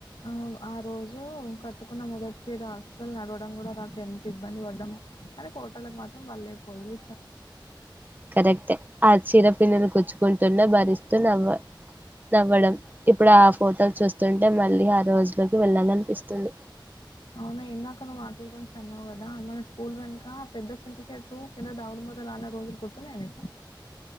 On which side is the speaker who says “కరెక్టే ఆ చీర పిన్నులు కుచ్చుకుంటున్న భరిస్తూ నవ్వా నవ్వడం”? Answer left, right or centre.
Right